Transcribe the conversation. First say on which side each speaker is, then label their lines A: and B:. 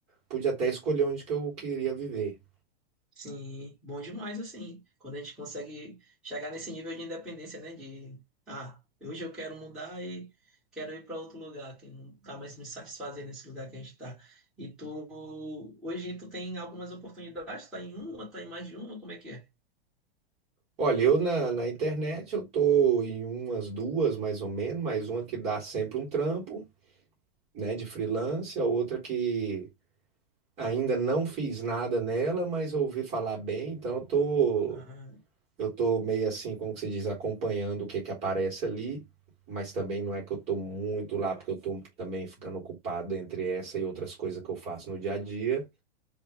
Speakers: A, on the right; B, in the centre.
A: pude até escolher onde que eu queria viver.
B: Sim, bom demais assim. Quando a gente consegue chegar nesse nível de independência, né? De, ah, hoje eu quero mudar e quero ir para outro lugar que não tá mais me satisfazendo nesse lugar que a gente tá. E tu, hoje tu tem algumas oportunidades, tá em uma, tá em mais de uma, como é que é?
A: Olha, eu na, na internet eu tô em umas duas mais ou menos, mais uma que dá sempre um trampo, né, de freelance, a outra que ainda não fiz nada nela, mas ouvi falar bem, então eu tô,
B: Ah,
A: eu tô meio assim, como que se diz, acompanhando o que que aparece ali, mas também não é que eu tô muito lá, porque eu tô também ficando ocupado entre essa e outras coisas que eu faço no dia a dia,